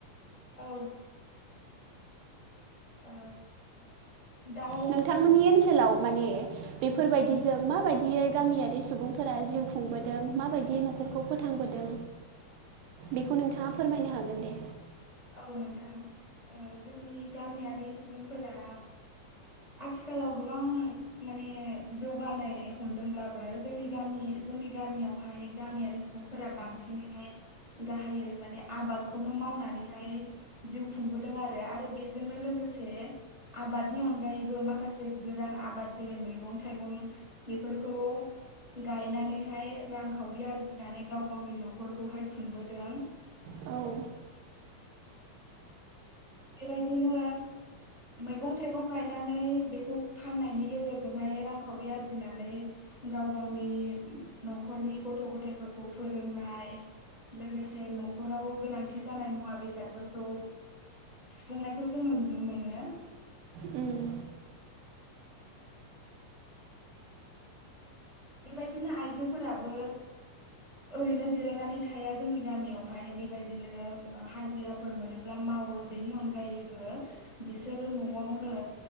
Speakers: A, on the right; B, on the right.
A: औ ओ दाउ
B: नोंथांमोननि ओनसोलाव माने बेफोरबायदिजों
A: उम
B: माबायदियै गामियारि सुबुंफोरा जिउ खुंबोदों माबायदि न'खरखौ फोथांबोदों बेखौ नोंथांङा फोरमायनो हागोन दे
A: औ नोंथां। ओ जोंनि गामियारि सुबुंफोरा आथिखालाव गोबां माने जौगानाय हमदोंब्लाबो जोंनि गामि जोंनि गामियावहाय गामियारि सुबुंफोरा बांसिनैहाय गाहायै माने आबादखौनो मावनानै हाय जिउ खुंबोदों आरो आरो बेजोंनो लोगोसे आबादनि अनगायैबो माखासे गोरान आबाद जेरै- मैगं-थाइगं बेफोरखौ गायनानैहाय रांखावरि आरजिनानै गाव-गावनि न'खरखौहाय खुंबोदों।
B: औ
A: बेबायदिनो मैगं-थाइगं गायनानै बेखौ फाननायनि गेजेरजोंहाय रांखावरि आरजिनानै गाव-गावनि न'खरनि गथ' गथायफोरखौ फोरोंनाय लोगोसे न'खराव गोनांथि जानाय मुवा बेसादफोरखौ सुफुंनायखौ जोंङो नुनो मोनो।
B: उम
A: बेबायदिनो आइजोफोराबो ओरैनो जिरायनानै थाया जोंनि गामियावहाय बेबायदिनो हाजिराफोर मोनोब्ला मावो बेनि अनगायैबो बिसोरो न'आवनो